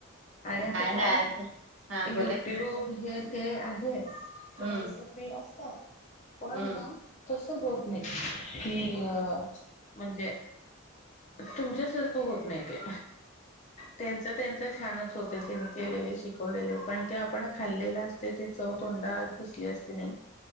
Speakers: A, on the left; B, on the right.
A: आणि आता काय
B: नाय आता हा बोला
A: युट्यूब
B: की
A: हे ते आहे, सगळयांच
B: हम्म
A: फ्री असत, पण
B: हम्म
A: ना तस होत नाही, कि अ म्हणजे तुमच्यासारखं होत नाही ते, त्येच त्यांच छानच होतय ते त्यांने केलेले शिकवलेले पण ते आपण खाल्लेले असतय ते चव तोंडात घूसते ती असते नाही.